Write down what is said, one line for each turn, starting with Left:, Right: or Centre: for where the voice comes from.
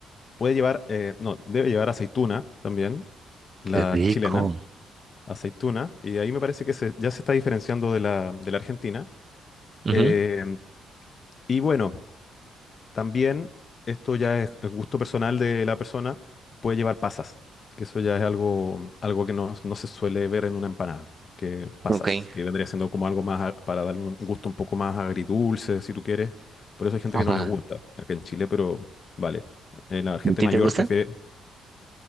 Left: puede llevar, eh, no, debe llevar aceituna también, la
Right: Qué rico.
Left: chilena, aceituna, y ahí me parece que se- ya se está diferenciando de la, de la argentina.
Right: Ujú.
Left: Eh, y bueno. También, esto ya es es gusto personal de la persona, puede llevar pasas, que eso ya es algo, algo que no, no se suele ver en una empanada, que pasas,
Right: Ok.
Left: que vendría siendo como algo más a- para darle un gusto un poco más agridulce, si tú quieres. Por eso hay gente
Right: Ajá.
Left: que no les gusta acá en Chile, pero vale. Eh, la gente
Right: ¿A ti
Left: mayor
Right: te gusta?
Left: prefiere.